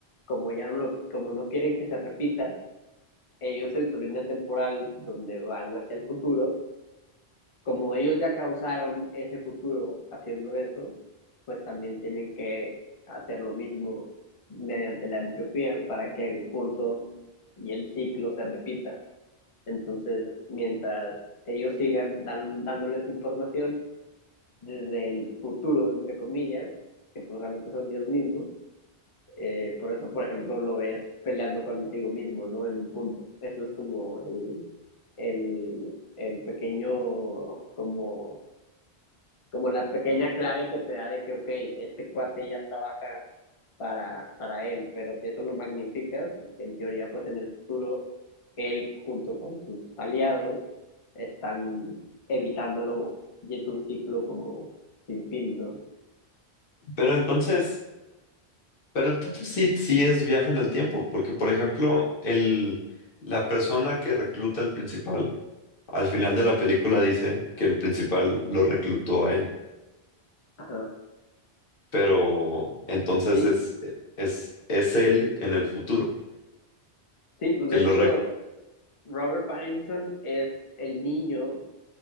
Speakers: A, on the left; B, on the left.
A: como ya no lo, como no quieren que se repita, ellos en su línea temporal, donde van hacia el futuro, como ellos ya causaron ese futuro haciendo eso, pues también tienen que hacer lo mismo mediante la entropía para que el curso y el ciclo se repita. Entonces, mientras ellos sigan dan- dándoles información desde el futuro, entre comillas, que pues realmente son ellos mismos, eh, por eso, por ejemplo, lo ves peleando contigo mismo, ¿no? En un punto. Eso es como el, el, el pequeño, como como la pequeña clave que te da de que, ok, este cuate ya trabaja para, para él, pero si eso lo magnificas, en teoría, pues en el futuro, él junto con sus aliados están evitándolo y es un ciclo como sin fin, ¿no?
B: pero entonces, pero entonces sí, sí es viaje en el tiempo, porque por ejemplo, el, la persona que recluta al principal, al final de la película dice que el principal lo reclutó a él,
A: Ajá.
B: pero entonces
A: Sí,
B: es, es, es él en el futuro,
A: sí, pues
B: que
A: de
B: lo,
A: hecho,
B: rec-
A: Robert Pattinson es el niño